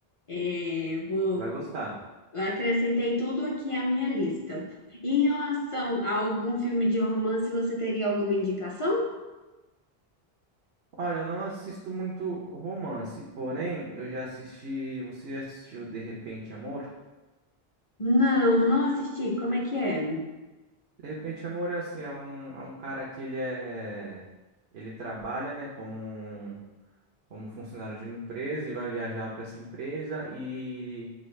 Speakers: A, on the left (about 40°); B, on the right (about 80°).
A: É, vou,
B: Vai gostar.
A: acrescentei tudo aqui à minha lista. Em relação a algum filme de romance, você teria alguma indicação?
B: Olha, eu não assisto muito romance, porém eu já assisti. Você já assistiu De Repente Amor?
A: Não, não assisti. Como é que é?
B: De Repente Amor é assim, é um, é um cara que ele é. Ele trabalha, né, como um, como funcionário de uma empresa e vai viajar para essa empresa e,